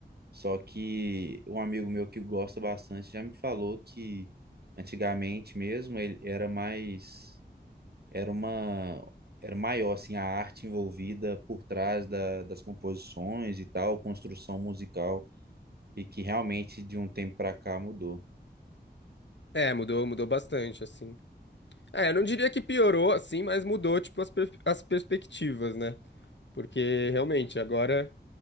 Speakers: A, on the right; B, on the left.
A: Só que um amigo meu que gosta bastante já me falou que antigamente mesmo ele era mais, era uma, era maior assim a arte envolvida por trás da, das composições e tal, construção musical e que realmente de um tempo para cá mudou.
B: É, mudou, mudou bastante, assim. É, eu não diria que piorou, assim, mas mudou, tipo, as, per- as perspectivas, né? Porque realmente agora